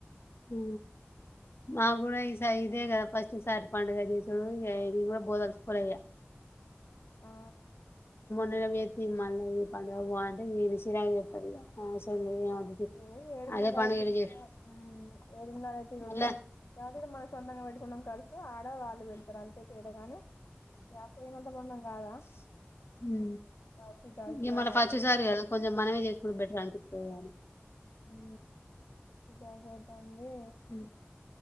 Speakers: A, on the left; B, on the left.
A: ఉ మా కూడ ఈసారి ఇదే కద ఫస్ట్ సార్ పాండుగ కూడా బ పోదల్చుకోలేదు ఇగ
B: ఆ
A: ప వేత్ మళ్ళీ ఈ పండుగ పో అంటే ఇడిసిరా అని చెప్ప ఇగ అవసరం లేదు వద్దు తీ
B: ఏ ఏడున్న
A: అదే
B: గది
A: పండుగ ఈడ
B: ఏడున్నా
A: చేస్
B: ఉమ్ ఏడున్న వచ్చి చూడు
A: మళ్ళ
B: రాకుంటే మను సొంతంగా పెట్టుకున్నాం కర్చూ ఆడ వాళ్ళు పెళ్తారు అంతే తే దంగానే చేకపోయినంత పొందం కాదా
A: ఉ
B: ఆ, చికాకు చికాకు
A: ఇ మళ్ళ
B: పడాలి
A: పచ్చసారి కదా కొంచెం మనమే చేసుకుంట బెటర్ అనిపి రియం
B: ఉ <unintelligible> అయితంది
A: ఉ